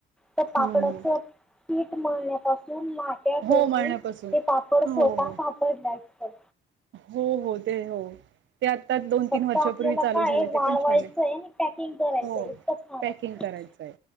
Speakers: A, in the centre; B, on the right.
A: तर पापडाच
B: हं
A: पीठ मळण्यापासून लाट त्या
B: हो
A: करून
B: मळण्यापासून
A: ते पापड
B: हो
A: स्वतः
B: हो
A: पापड लाटतात.
B: हो हो ते हो ते आत्ता दोन
A: फक्त
B: तीन वर्षापूर्वी
A: आपल्याला काय
B: चालू
A: आहे,
B: झालं
A: वाळवायचंय
B: ते पण छान आहे
A: आणि पॅकिंग करायचं
B: हो.
A: इतकंच काम
B: पॅकिंग
A: असतं
B: करायचंय.